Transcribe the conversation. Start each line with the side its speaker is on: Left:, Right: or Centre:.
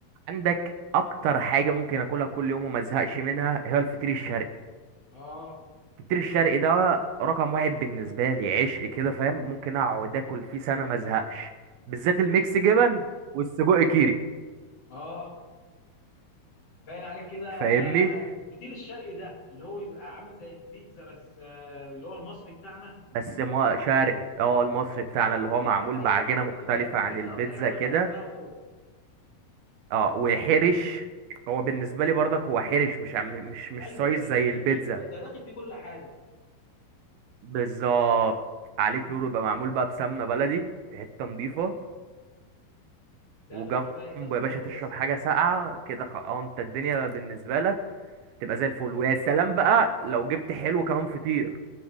Right: عندك اكتر حاجه ممكن اكلها كل يوم وما ازهقش منها هي الفطير الشرقي
Left: اه
Right: الفطير الشرقي ده رقم واحد بالنسبه لي عشق كده فاهم ممكن اقعد اكل فيه سنه ما ازهقش بالذات الميكس جبن والسجق كيري
Left: اه باين عليك كده
Right: فاهمني
Left: الفطير الشرقي ده اللي هو بيبقى عامل زي البيتزا بس آه، اللي هو المصري بتاعنا
Right: بس ما شرقي اه المصري بتاعنا
Left: ايوه
Right: اللي هو
Left: كده
Right: معمول
Left: ايوه
Right: بعجينه
Left: كده
Right: مختلفه
Left: كده انت انت
Right: عن
Left: جيت
Right: البيتزا
Left: لاكتر حاجه انا
Right: كده
Left: بحبها موت
Right: اه والحرش هو بالنسبه لي برضك هو حرش مش عم- مش مش
Left: ايوه
Right: سايز
Left: يا باشا
Right: زي
Left: حرش
Right: البيتزا
Left: ده داخل فيه كل حاجه
Right: بالظبط عليك
Left: مم.
Right: نور يبقى معمول بقى بسمنه بلدي في حته نضيفه
Left: ده
Right: وجنبه
Left: ده في الرايق
Right: يا
Left: ده خالص
Right: باشا تشرب حاجه ساقعه كده خ- اه انت الدنيا بالنسبه لك تبقى زي الفل ويا سلام بقى لو جبت حلو كمان فطير